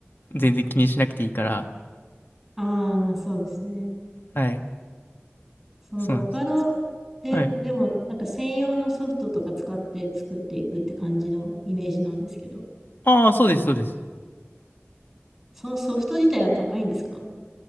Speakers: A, on the left (about 50°); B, in the centre.
A: 全然気にしなくていいから、
B: ああ、まあそうですね。
A: はい。
B: そのボカロで、
A: そうなんです。はい。
B: でも、なんか専用のソフトとか使って作っていくって感じのイメージなんですけど、
A: ああ、そうです、そうです。
B: そのソフト自体は高いんですか